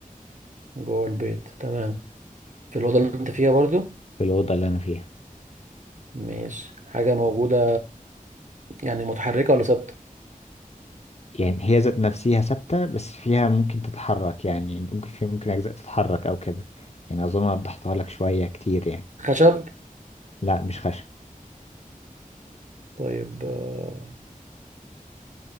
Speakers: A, on the right; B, on the left.
A: جوه البيت تمام في الأوضة اللي أنت فيها برضو
B: في الأوضة اللي أنا فيها
A: ماشي حاجة موجودة يعني متحركة ولا ثابتة؟
B: يعني هي ذات نفسها ثابتة بس فيها ممكن تتحرك يعني ممكن فيها ممكن أجزاء تتحرك أو كده يعني أظن وضحتها لك شوية كتير يعني
A: خشب
B: لا مش خشب
A: طيب آه،